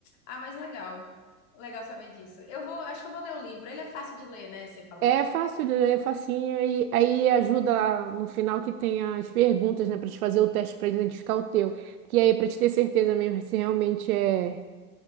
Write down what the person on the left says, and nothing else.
Ah, mas legal. Legal saber disso. Eu vou, acho que eu vou ler o livro. Ele é fácil de ler, né? Você falou?